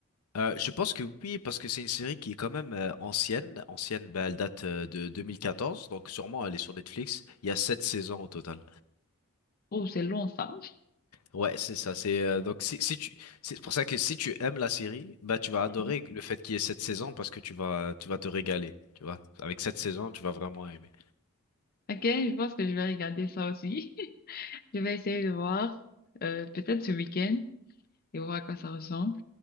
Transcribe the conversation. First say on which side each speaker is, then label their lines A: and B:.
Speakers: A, on the left (about 85°); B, on the left (about 40°).
A: Euh, je pense que oui, parce que c'est une série qui est quand même euh, ancienne. Ancienne, ben, elle date euh, de 2014, donc sûrement elle est sur Netflix. Il y a sept saisons au total.
B: Oh, c'est long, ça.
A: Ouais, c'est ça. C'est euh, donc si, si tu c'est pour ça que si tu aimes la série, bah tu vas adorer
B: Mhm.
A: le fait qu'il y ait cette saison parce que tu vas tu vas te régaler, tu vois. Avec cette saison, tu vas vraiment aimer.
B: Ok, je pense que je vais regarder ça aussi. <laughs> Je vais essayer de voir, euh, peut-être ce week-end, et voir à quoi ça ressemble.